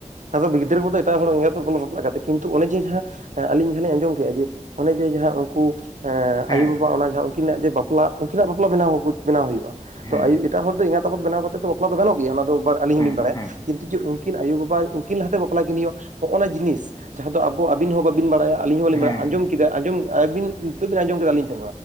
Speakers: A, on the right (about 75°); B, on the left (about 30°).
A: ᱟᱫᱚ ᱜᱤᱫᱽᱨᱟᱹ ᱠᱚᱫᱚ ᱮᱴᱟᱜ ᱦᱚᱲ ᱮᱸᱜᱟ ᱠᱟᱛᱮ ᱠᱤᱱᱛᱩ ᱚᱱᱮ ᱡᱮ ᱡᱟᱦᱟᱸᱼᱼ ᱦᱮᱸ ᱟᱞᱤᱧ ᱡᱟᱦᱟᱸ ᱞᱤᱧᱸ ᱟᱸᱡᱚᱢ ᱠᱮᱜᱼᱟ ᱡᱮ, ᱚᱱᱮ ᱡᱮ ᱡᱟᱦᱟᱸ ᱩᱱᱠᱩᱼᱼ ᱦᱮᱸ,
B: ᱦᱮᱸ
A: ᱟᱭᱩ ᱵᱟᱵᱟ ᱚᱱᱟ ᱡᱟᱦᱟᱸ ᱩᱱᱠᱤᱱᱟᱜ ᱡᱮ ᱵᱟᱯᱞᱟ, ᱩᱱᱠᱤᱱᱟᱜ ᱵᱟᱯᱞᱟ ᱵᱮ ᱵᱮᱱᱟᱣ ᱦᱩᱭᱩᱜᱼᱟ
B: ᱦᱮᱸ
A: ᱾ᱛᱚ <unintelligible> ᱮᱴᱟᱜ ᱦᱚᱲ ᱫᱚ ᱮᱸᱜᱟ ᱟᱯᱟᱛ ᱵᱮᱱᱟᱣ ᱠᱟᱛᱮ ᱫᱚ ᱵᱟᱯᱞᱟ ᱫᱚ ᱜᱟᱱ ᱜᱮᱭᱟ᱾ ᱚᱱᱟᱫᱚ ᱟᱞᱤᱧ
B: ᱦᱮᱸ
A: ᱦᱚᱸᱞᱤᱧ ᱵᱟᱲᱟᱭᱟ᱾
B: ᱦᱮᱸ
A: ᱠᱤᱱᱛᱩ ᱡᱮ ᱩᱱᱠᱤᱱ ᱟᱭᱳᱼᱵᱟᱵᱟᱼᱼ ᱩᱱᱠᱤᱱ ᱞᱟᱦᱟᱛᱮ ᱵᱟᱯᱞᱟ ᱠᱤᱱ ᱦᱩᱭᱩᱜᱼᱟ᱾ ᱦᱚᱜᱼᱱᱟ ᱡᱤᱱᱤᱥ ᱡᱟᱦᱟᱸ ᱫᱚ ᱟᱵᱚᱵᱤᱱ ᱦᱚᱸ ᱵᱟᱵᱤᱱ ᱵᱟᱲᱟᱭ ᱟᱞᱤᱧ ᱦᱚᱸ ᱵᱟᱞᱤᱧ
B: ᱦᱮᱸ
A: ᱵᱟᱲᱟᱭ ᱾ ᱟᱸᱡᱚᱢᱼᱼ <unintelligible> ᱟᱸᱡᱚᱢ ᱟᱵᱤᱱ ᱱᱤᱛᱚᱜ ᱵᱤᱱ ᱟᱸᱡᱚᱢ ᱠᱮᱫᱟ᱾ ᱟᱹᱞᱤᱧ ᱴᱷᱮᱱ